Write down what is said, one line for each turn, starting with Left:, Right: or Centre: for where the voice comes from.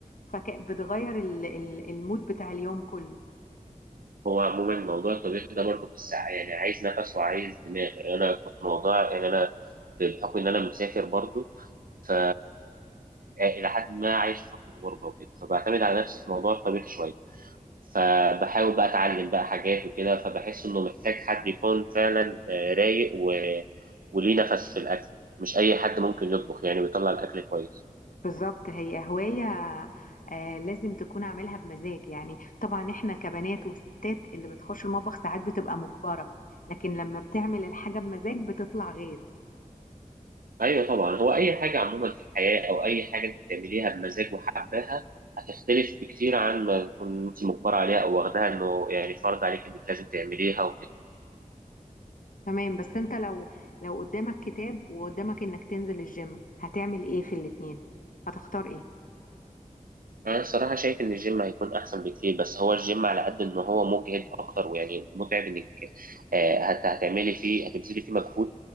Left: فبتغير المود بتاع اليوم كله
Right: هو عموما موضوع الطبيخ ده برضه في الساعة يعني عايز نفس وعايز دماغ يعني أنا كنت موضوع يعني أنا بحكم إن أنا مسافر برضه ف إلى حد ما عايش في فترة غربة وكده فبعتمد على نفسي في موضوع الطبيخ شوية فبحاول بقى أتعلم بقى حاجات وكده فبحس إنه محتاج حد يكون فعلا آه، رايق و... وليه نفس في الأكل مش أي حد ممكن يطبخ يعني ويطلع الأكل كويس
Left: بالظبط هي هوايه آه لازم تكون عاملها بمزاج يعني طبعا احنا كبنات وستات اللي بتخش المطبخ ساعات بتبقى مجبره لكن لما بتعمل الحاجه بمزاج بتطلع غير
Right: ايوه طبعا هو اي حاجه عموما في الحياه او اي حاجه انت بتعمليها بمزاج وحباها هتختلف بكتير عن ما تكون انت مجبره عليها او واخداها انه يعني فرض عليك انك لازم تعمليها وكده
Left: تمام بس انت لو لو قدامك كتاب وقدامك انك تنزل الجيم هتعمل ايه في الاتنين هتختار ايه
Right: انا الصراحه شايف ان الجيم هيكون احسن بكتير بس هو الجيم على قد ان هو مجهد اكتر ويعني متعب انك آه، هت- هتعملي فيه هتبذلي فيه مجهود